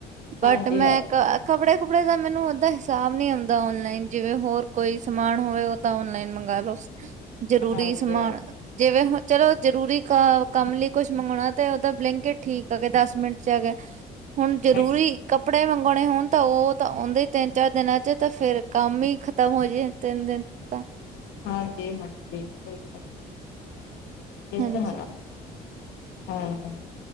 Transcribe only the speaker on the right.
ਬਟ ਮੈਂ
ਕਾ ਕੱਪੜੇ-ਕੁੱਪੜੇ ਦਾ ਮੈਨੂੰ ਓਦਦਾ ਹਿਸਾਬ ਨਹੀ ਆਉਂਦਾ ਔਨਲਾਈਨ, ਜਿਵੇਂ ਹੋਰ ਕੋਈ ਸਮਾਨ ਹੋਵੇ ਓ ਤਾਂ ਔਨਲਾਈਨ ਮੰਗਾਲੋੋ। ਜਰੂਰੀ
ਸਮਾਨ ਜਿਵੇਂ ਹੁਣ ਚਲੋ ਜਰੂਰੀ ਕ ਕੰਮ ਲਈ ਕੁਝ ਮੰਗੋਣਾ ਤੇ ਉਦਾਂ ਬਲਿੰਕ ਇਟ ਠੀਕ ਆ ਕਿ ਦਸ ਮਿੰਟ ਚ ਆ ਗਿਆ। ਹੁਣ
ਜਰੂਰੀ ਕੱਪੜੇ ਮੰਗਵਾਉਣੇ ਹੋਣ ਤਾਂ ਓ ਤਾਂ ਆਉਂਦੇ ਈ ਤਿੰਨ-ਚਾਰ ਦਿਨਾਂ ਚ ਤਾਂ ਫਿਰ ਕੰਮ ਹੀ ਖਤਮ ਹੋ ਜਾਏ ਤਿੰਨ ਦਿਨ ਤਾਂ
ਹਾਂਜੀ